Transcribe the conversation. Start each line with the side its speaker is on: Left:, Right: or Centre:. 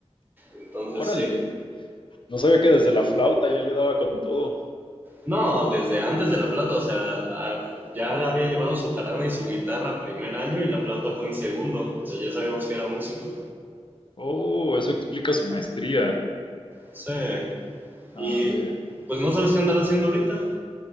Right: entonces
Left: Órale,
Right: sí,
Left: no sabía que desde la flauta ya le daba con todo.
Right: No, desde antes de la flauta, o sea, a- ya había llevado su jarana y su guitarra primer año y la flauta fue en segundo, o sea, ya sabíamos que era músico.
Left: Oh, eso explica su maestría.
Right: Sí,
Left: A
Right: y
Left: ver.
Right: pues no sabes qué andar haciendo ahorita.